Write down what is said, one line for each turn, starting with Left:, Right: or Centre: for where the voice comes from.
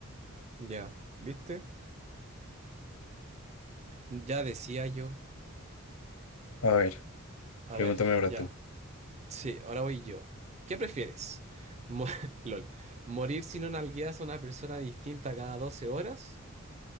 Right: Ya, ¿viste? Ya decía yo.
Left: A ver,
Right: A
Left: pregúntame
Right: ver,
Left: ahora
Right: ya.
Left: tú.
Right: Sí, ahora voy yo. ¿Qué prefieres? Mo- <laughs> LOL. ¿Morir si no nalgueas a una persona distinta cada 12 horas?